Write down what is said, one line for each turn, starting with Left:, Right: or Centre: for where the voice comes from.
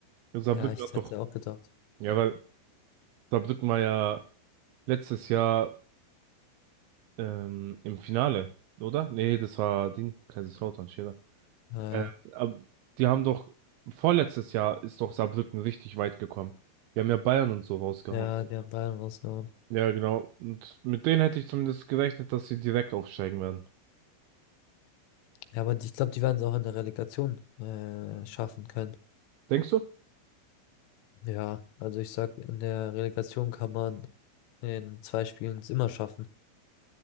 Right: Saarbrücken
Left: Ja, ich
Right: hat
Left: hätte
Right: doch,
Left: auch gedacht.
Right: ja, weil Saarbrücken war ja letztes Jahr ähm, im Finale, oder? Nee, das war Ding, Kaiserslautern, Scherer.
Left: Äh,
Right: Ähm, aber die haben doch, vorletztes Jahr ist doch Saarbrücken richtig weit gekommen. Die haben ja Bayern und so rausgehauen.
Left: ja, die haben Bayern rausgehauen.
Right: Ja, genau. Und mit denen hätte ich zumindest gerechnet, dass sie direkt aufsteigen werden.
Left: Ja, aber die- ich glaube, die werden es auch in der Relegation äh, schaffen können.
Right: Denkst du?
Left: Ja, also ich sag, in der Relegation kann man in zwei Spielen es immer schaffen.